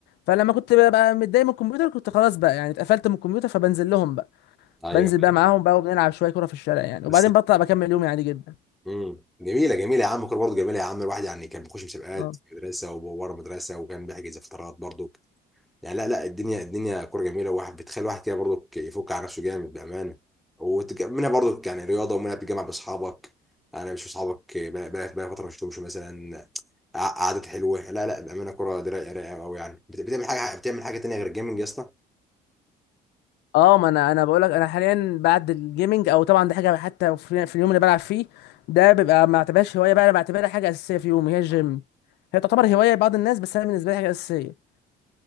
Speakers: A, on the left (about 80°); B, in the centre.
A: فلما كنت بقى متضايق من الكمبيوتر كنت خلاص بقى يعني اتقفلت من الكمبيوتر فبنزل لهم بقى
B: ايوه
A: بنزل بقى
B: ايوه
A: معاهم بقى وبنلعب شوية كورة في الشارع يعني وبعدين
B: بس
A: بطلع بكمل يومي عادي جدا
B: امم جميله جميله يا عم الكوره برضه جميله يا عم الواحد يعني كان بيخش مسابقات
A: اه
B: في المدرسه وورا المدرسه وكان بيحجز فترات برضه يعني لا لا الدنيا الدنيا كوره جميله وواحد بتخلي واحد كده برضو يفك على نفسه جامد بامانه وتج- منها برضو يعني رياضه ومنها بتجمع باصحابك انا مش اصحابك بقى بقى بقى فتره ما شفتهمش مثلا ع- قعدات حلوه لا لا بامانه كوره دي رايقه رايقه قوي يعني بت- بتعمل حاجه بتعمل حاجه تانيه غير الجيمنج يا اسطى
A: اه ما انا انا بقول لك انا حاليا بعد الجيمنج او طبعا دي حاجه حتى في في اليوم اللي بلعب فيه ده بيبقى ما بعتبرهاش هوايه بقى انا بعتبرها حاجه اساسيه في يومي هي الجيم هي تعتبر هوايه لبعض الناس بس انا بالنسبه لي حاجه اساسيه